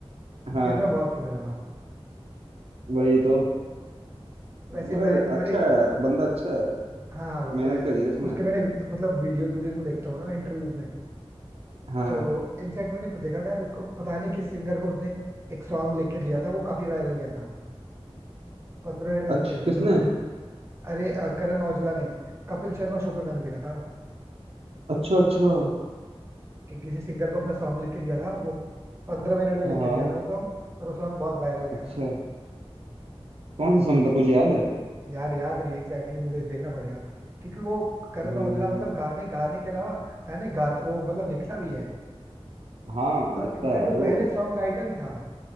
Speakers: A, on the right; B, on the right.
A: हाँ
B: फिर मैं बहुत सुनने लगा
A: वही तो
B: वैसे
A: मगर
B: मैंने तुम्हारे
A: अच्छा है बंदा अच्छा है
B: हाँ वो
A: मेहनत
B: तो है
A: करी है उसने
B: उसके मैंने मतलब वीडियोस वीडियोस में देखता हूँ ना इंटरव्यूज में
A: हाँ
B: तो इनफैक्ट मैंने देखा था यार उसको पता नहीं किस सिंगर को उसने एक सॉन्ग लिख के दिया था वो काफी वायरल गया था पंद्रह मिनट में
A: अच्छा
B: लिख के दिया
A: किसने
B: था उसने अरे अ, करण औजला ने कपिल शर्मा शो पे मैंने देखा था
A: अच्छा अच्छा
B: कि किसी सिंगर को अपना सॉन्ग लिख के दिया था वो पंद्रह मिनट में लिख
A: हाँ
B: के दिया था वो सॉन्ग और वो सॉन्ग बहुत वायरल गया
A: अच्छा
B: था
A: कौन सा सॉन्ग था कुछ याद है
B: यार याद नहीं एग्जैक्टली exactly मुझे देखना पड़ेगा क्योंकि वो करण
A: हम्म
B: औजला मतलब गाने गाने के अलावा गाने गाता वो मतलब लिखता भी है
A: हाँ
B: और
A: लिखता
B: इनफैक्ट
A: है
B: वो
A: वो
B: पहले सॉन्ग राइटर ही था